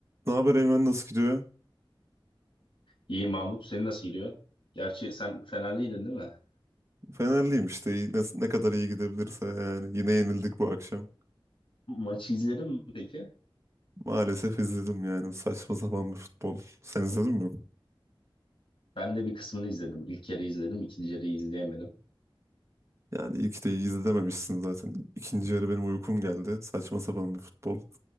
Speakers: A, on the right (about 30°); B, on the left (about 65°).
A: Ne haber Eymen nasıl gidiyor?
B: İyi Mahmut, seni nasıl gidiyor? Gerçi sen Fenerliydin değil mi?
A: Fenerliyim işte İyi- ne, ne kadar iyi gidebilirse yani. Yine yenildik bu akşam.
B: Maçı izledin mi peki?
A: Maalesef izledim yani saçma sapan bir futbol. Sen izledin mi?
B: Ben de bir kısmını izledim. İlk yarı izledim, ikinci yarıyı izleyemedim.
A: Yani ilk de iyi izlememişsin zaten. İkinci yarı benim uykum geldi. Saçma sapan bir futbol.